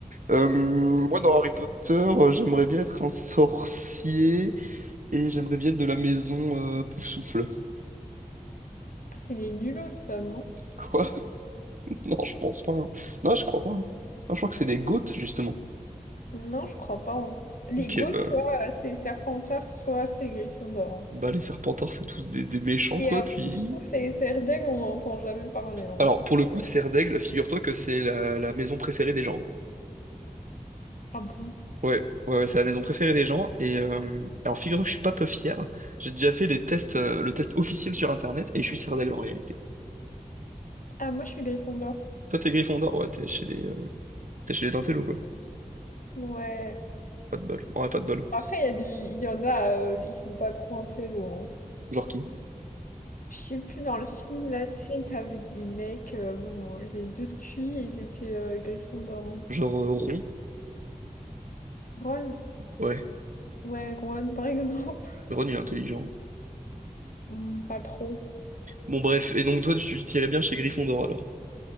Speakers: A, on the right; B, on the left.
A: Euh, moi, dans Harry Potter, euh, j'aimerais bien être un sorcier et j'aimerais bien être de la maison euh, Poufsouffle.
B: Ah, c'est les nulos, ça, non?
A: Quoi? <laughs> Non, je pense pas. hein. Non, je crois pas. hein. Non, je crois que c'est des Goths, justement.
B: Non, je crois pas. hein. Les
A: Ok,
B: gosses,
A: bah,
B: soit euh, c'est Serpentard, soit c'est Gryffondor. hein.
A: bah les Serpentards, c'est tous des, des méchants,
B: Et
A: quoi,
B: euh,
A: puis...
B: <laughs> Poufsouffle et Serdaigle, on n'entend jamais parler. hein.
A: Alors, pour le coup, Serre d'Aigle, figure-toi que c'est la, la maison préférée des gens.
B: Ah bon?
A: Ouais, ouais, ouais, c'est la maison préférée des gens, et... euh, Alors, figure-toi que je suis pas peu fier, j'ai déjà fait les tests, euh, le test officiel sur Internet, et je suis Serre d'Aigle en réalité.
B: Ah, moi, je suis Gryffondor.
A: Toi, t'es Gryffondor? Ouais, t'es chez les... T'es chez les intellos, quoi.
B: Ouais.
A: Pas de bol. En vrai, pas de bol.
B: Après, il y a des... il y en a, euh, ils sont pas trop intello. hein.
A: Genre qui?
B: Je sais plus, dans le film, là, tu sais, t'avais des mecs, euh, bon, ils avaient deux de QI et ils étaient euh, Gryffondor. hein.
A: Genre euh, Ron?
B: Ron,
A: Ouais.
B: ouais, Ron, par exemple. <laughs>
A: Ron, il est intelligent.
B: Hmm, pas trop.
A: Bon, bref. Et donc, toi, tu tirais bien chez Gryffondor, alors.